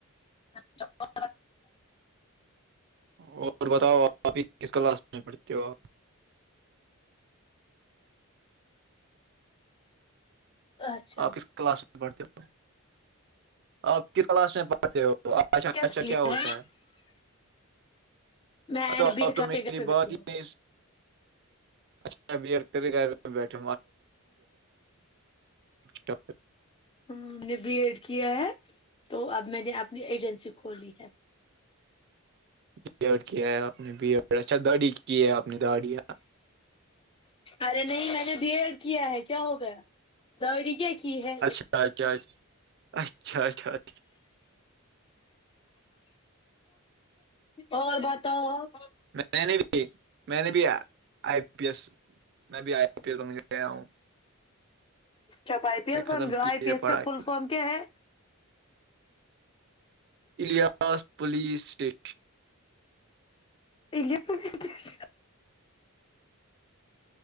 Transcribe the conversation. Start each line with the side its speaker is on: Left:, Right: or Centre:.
Left: <unintelligible>
Right: اور بتاؤ آپ ہی کس کلاس پڑتے ہو آپ
Left: اچھا
Right: آپ کس کلاس میں پڑھتے ہو آپ کس کلاس میں پڑھتے ہو اچھا
Left: کیسے
Right: اچھا
Left: لیا
Right: کیا ہوتا ہے
Left: میں
Right: ا تو
Left: بی ایڈ
Right: آپ تو
Left: کر
Right: میری
Left: کے گھر پہ
Right: بات
Left: بیٹھی ہوں
Right: ہی نہیں اچ بیھچ پ <unintelligible>
Left: ہ ہم نے بی ایڈ کیا ہے تو اب میں نے اپنی ایجنسی کھولی ہے
Right: بی کیا ہے نے بی اچھا دڑی کی ہے آپ نے دڑی
Left: ارے نہیں میں نے بی ایڈ کیا ہے کیا ہو گیا دوڑی کیا کی ہے
Right: اچھا اچھا اچھا اچھا اچھا اچھا
Left: اور بتاؤ آپ
Right: میں نے بھی میں نے بھی آئی پی ایس میں بھی آئی پی ایل میں گیا ہوں
Left: چپ آئی پی
Right: میں
Left: ایس
Right: ختم
Left: بن گ
Right: کی
Left: آئی پی
Right: ہے
Left: ایس
Right: پڑھائی
Left: کا فل فم کیا ہے
Right: الیاس پولیسٹیش
Left: علیپور ڈسٹکٹ